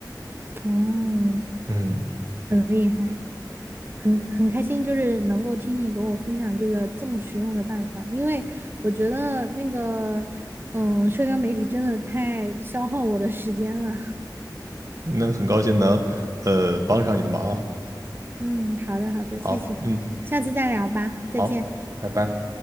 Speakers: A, on the right; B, on the right.
A: 哦，
B: 嗯，
A: 很厉害，很很开心，就是能够听你给我分享这个这么实用的办法，因为我觉得那个，嗯，社交媒体真的太消耗我的时间了。
B: 那很高兴能呃帮上你的忙啊。
A: 嗯，好的好的，
B: 好，
A: 谢谢，
B: 嗯，
A: 下次再聊吧，再见。
B: 好，拜拜。